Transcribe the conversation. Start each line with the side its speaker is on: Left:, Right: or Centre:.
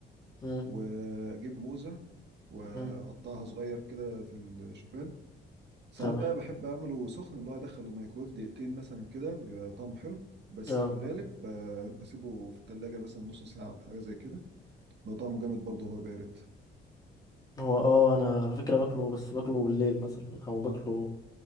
Left: مم،
Right: واجيب موزة واقطعها
Left: مم.
Right: صغير كده في الشوفان ساعات
Left: تمام
Right: بقى بحب اعمله سخن اللي هو ادخله الميكرويف دقيقتين مثلا كده بيبقى طعمه حلو بس
Left: اه
Right: في الغالب ب- بسيبه في التلاجة مثلا نص ساعة او حاجة زي كده بيبقى طعمه جامد برضه وهو بارد
Left: هو اه انا على فكرة باكله بس باكله بالليل مثلا او باكله